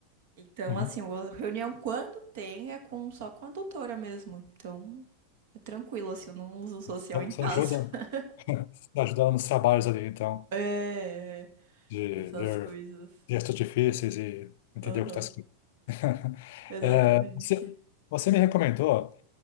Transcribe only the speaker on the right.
Então,
assim, a reunião quando tem é com só com a doutora mesmo. Então, é tranquilo, assim, eu não uso social
em
casa.
<laughs>
É,
essas
coisas.
Aham,
exatamente.